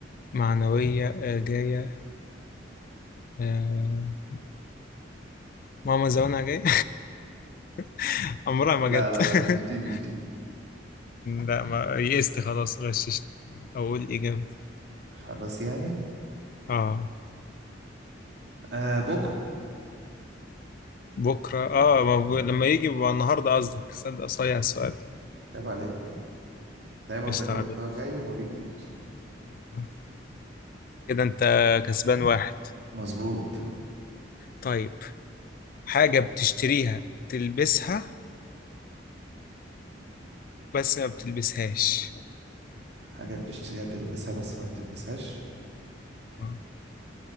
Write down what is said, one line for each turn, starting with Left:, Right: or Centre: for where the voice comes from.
Left: معنويه آه جايه آه ماما زمانها جايه <laughs> عمرها ما
Right: لا
Left: جت
Right: لا
Left: <laughs>
Right: لا مش دي مش دي
Left: لا ما يئست خلاص غششت اقول اجابه
Right: خلاص يعني
Left: اه
Right: آه بكرة
Left: بكره اه ما ب... لما يجي بقى النهارده قصدك صدق صايع السؤال
Right: عيب عليك دايما
Left: قشطة
Right: بنقول
Left: عليك
Right: ان هو جاي وما بيجيش
Left: آه. كده انت كسبان واحد
Right: مظبوط
Left: طيب حاجه بتشتريها تلبسها بس ما بتلبسهاش
Right: حاجة بتشتريها تلبسها بس ما بتلبسهاش
Left: آه.